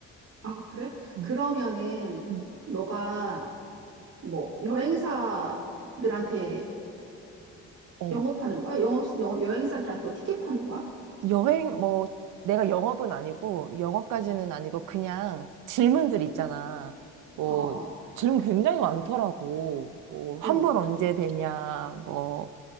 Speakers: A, on the right; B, on the right.
A: 아, 그래?
B: 음.
A: 그러면은,
B: 음.
A: 너가 뭐, 여행사들한테
B: 어.
A: 영업하는 거야? 영업, 여, 여행사들한테 뭐 티켓 파는 거야?
B: 여행, 뭐, 내가 영업은 아니고, 영업까지는 아니고, 그냥 질문들 있잖아.
A: 음,
B: 뭐,
A: 어, 어,
B: 질문 굉장히 많더라고. 뭐, 환불
A: 응
B: 언제 되냐, 뭐,